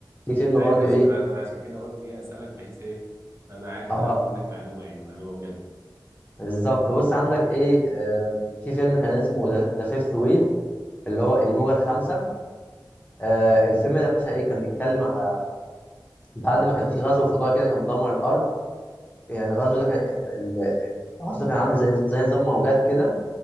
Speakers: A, on the left (about 20°); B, on the right (about 35°).
A: في فيلم
B: ايوه
A: برده
B: ماشي
A: ايه
B: ما انا ما أنا عشان كده قلت ايه اسالك بحيث ايه انا عارف
A: اه
B: ان
A: اه
B: هاخد
A: آه.
B: منك معلومه يعني معلومه بجد
A: بالظبط بص عندك ايه آه في فيلم كان اسمه ذا فيفث ويف اللي هو الموجه الخامسه آه
B: اه
A: الفيلم ده يا باشا ايه كان بيتكلم على بعد ما كان في غزو فضائي كده كان بيدمر الارض يعني الغزو ده كان ال- الغزو كان عامل زي زي نظام موجات كده